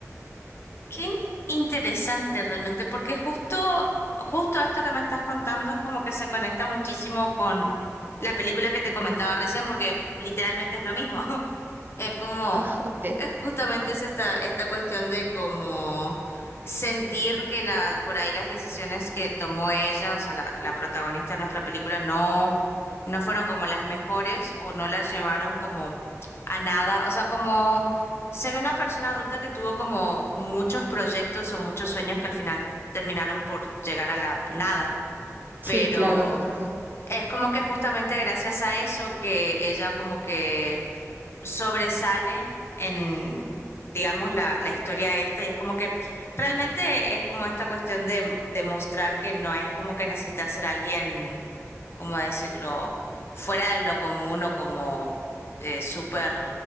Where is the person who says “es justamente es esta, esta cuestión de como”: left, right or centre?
Left